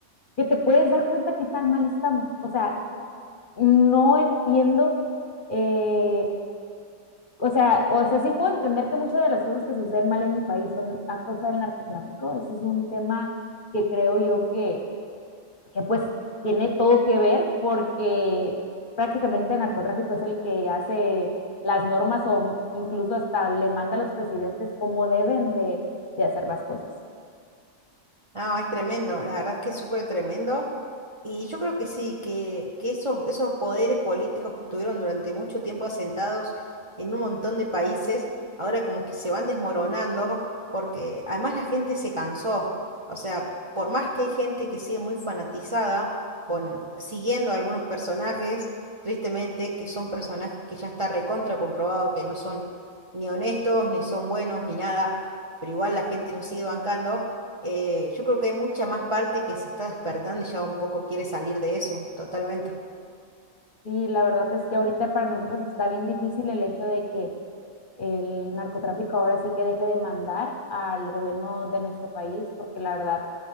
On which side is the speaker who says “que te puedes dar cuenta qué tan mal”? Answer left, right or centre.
Left